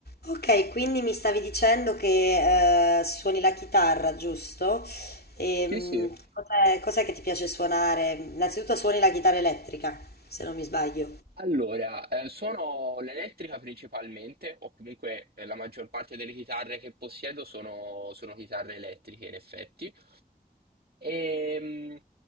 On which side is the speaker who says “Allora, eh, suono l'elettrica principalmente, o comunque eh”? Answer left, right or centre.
Right